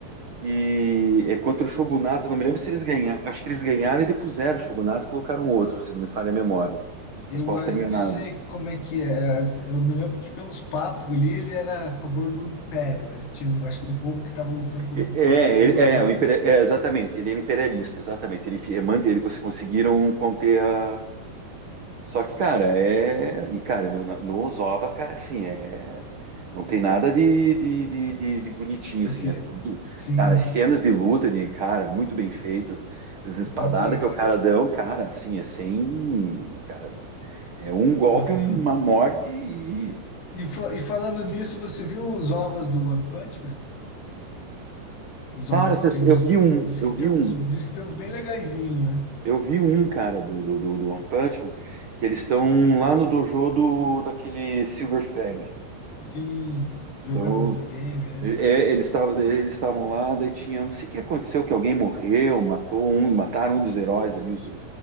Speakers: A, on the right; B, on the left.
A: que é contra o Shogunato. eu Não me lembro se eles ganharam. Acho que eles ganharam e depuseram o Shogunato e colocaram um outro, se não me falha a memória.
B: Eu
A: Mas posso
B: ah,
A: estar enganado.
B: não sei como é que é. as- Eu me lembro que pelos papos ali ele era a favor do império, né? Tinha, um- acho que um povo que estava lutando contra
A: E-
B: o imperador,
A: É,
B: alguma
A: é, o
B: coisa.
A: imperia-
B: assim.
A: é, exatamente. Ele era imperialista, exatamente. Ele fi- é, manda ele cons- conseguiram conter a. Só que, cara, é. E, cara, no, na- no Ozova, cara, assim, é. Não tem nada de, de, de, de- de bonitinho,
B: Do
A: assim,
B: quê?
A: é tudo.
B: Sim,
A: Cara, cenas de luta, de cara, muito bem feitas, as espadadas
B: muito legal.
A: que o cara dão, cara, assim, é sem. Cara, É um golpe,
B: Aham.
A: uma morte e.
B: E, fa- e falando nisso, você viu os ovos do One Punch Man? Os
A: Cara,
B: ovos
A: essas-
B: que tem,
A: eu
B: diz,
A: vi um,
B: diz
A: eu
B: que
A: vi
B: tem uns,
A: um,
B: diz que tem uns bem legaizinhos, né?
A: eu vi um, cara, do, do, do, do One Punch Man, que eles estão lá no dojo do, daquele Silver Fang.
B: Sim, jogando
A: Então,
B: videogame, né?
A: é, é, eles estavam eles estavam lá, daí tinha, não sei o que aconteceu, que alguém morreu, matou um, mataram um dos heróis ali, os,